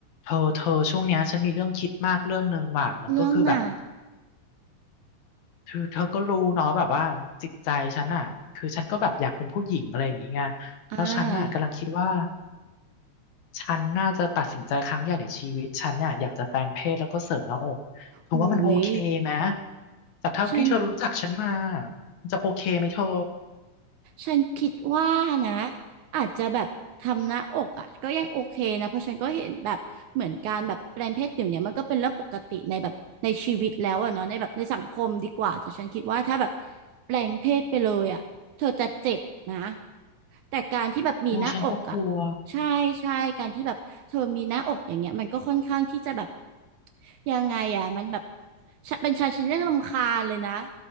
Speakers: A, on the left (about 70°); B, on the right (about 75°).
A: เธอเธอช่วงเนี้ยฉันมีเรื่องคิดมากเรื่องหนึ่งว่ะมันก็คือแบบ
B: เรื่องไหน
A: เธอเธอก็รู้เนาะแบบว่าจิตใจฉันอ่ะคือฉันก็แบบอยากเป็นผู้หญิงอะไรอย่างงี้ไง
B: อ่า
A: แล้วฉันน่ะกำลังคิดว่าฉันน่าจะตัดสินใจครั้งใหญ่ในชีวิตฉันเนี่ยอยากจะแปลงเพศแล้วก็เสริมหน้าอกเธอว่ามันโอเคไหม
B: อุ้ย
A: จากเท่าที่เธอรู้จักฉันมา
B: ฉัน
A: มันจะโอเคไหมเธอ
B: ฉันคิดว่านะอาจจะแบบทำหน้าอกอ่ะก็ยังโอเคนะเพราะฉันก็เห็นแบบเหมือนการแบบแปลงเพศเดี๋ยวนี้มันก็เป็นเรื่องปกติในแบบในชีวิตแล้วอะเนาะในแบบในสังคมดีกว่าแต่ฉันคิดว่าถ้าแบบแปลงเพศไปเลยอ่ะเธอจะเจ็บนะแต่การที่แบบมีหน้าอกอ่ะ
A: โอ้ฉันก็กลัว
B: ใช่ใช่การที่แบบเธอมีหน้าอกอย่างเงี้ยมันก็ค่อนข้างที่จะแบบยังไงอ่ะมันแบบฉันเป็นฉันฉันยังรำคาญเลยนะ